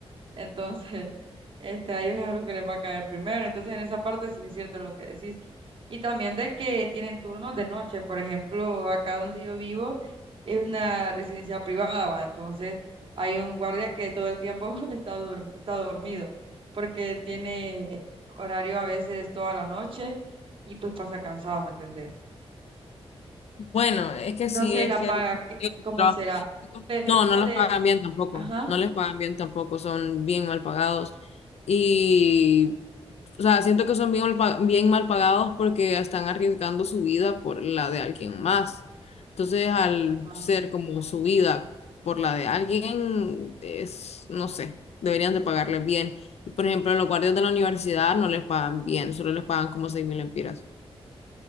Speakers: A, on the right; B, on the left.
A: entonces <laughs> este, a ellos es a los que les va a caer primero. Entonces en esa parte sí es cierto lo que decís. Y también de que tienen turnos de noche, por ejemplo, acá donde yo vivo es una residencia privada, ¿va? Entonces hay un guardia que todo el tiempo <laughs> está, dur- está dormido, porque tiene horario a veces toda la noche y pues pasa cansado, ¿me entendés?
B: Bueno, es que
A: y
B: sí,
A: no sé
B: es
A: la
B: que
A: paga,
B: el-
A: qué-
B: el
A: cómo
B: tra-
A: será. Pero
B: no,
A: eso
B: no los
A: del,
B: pagan bien tampoco,
A: ajá,
B: no les pagan bien tampoco, son bien mal pagados. y O sea, siento que son bien, mal pa- bien mal pagados porque están arriesgando su vida por la de alguien más. Entonces, al
A: ajá,
B: ser como su vida por la de alguien, es, no sé, deberían de pagarles bien. Y por ejemplo, los guardias de la universidad no les pagan bien, solo les pagan como seis mil lempiras.